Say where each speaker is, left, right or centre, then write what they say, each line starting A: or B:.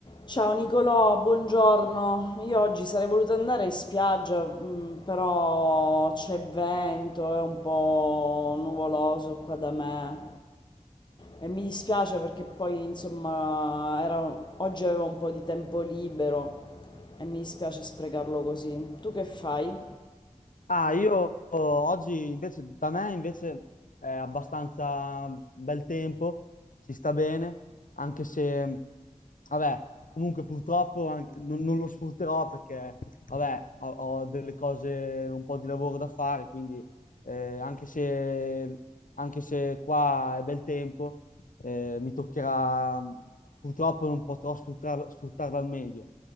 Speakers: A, on the left; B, on the left.
A: Ciao Nicolò, buongiorno. Io oggi sarei voluta andare in spiaggia, mm, però c'è vento, è un po' nuvoloso qua da me e mi dispiace perché poi insomma era- oggi avevo un po' di tempo libero e mi dispiace sprecarlo così. Tu che fai?
B: Ah, io oh, oggi invece, da me invece è abbastanza bel tempo, si sta bene, anche se, vabbè, comunque purtroppo an- non, non lo sfrutterò perché, vabbè, ho, ho delle cose, un po' di lavoro da fare, quindi eh, anche se, anche se qua è bel tempo, eh, mi toccherà, purtroppo non potrò sfruttarlo, sfruttarlo al meglio.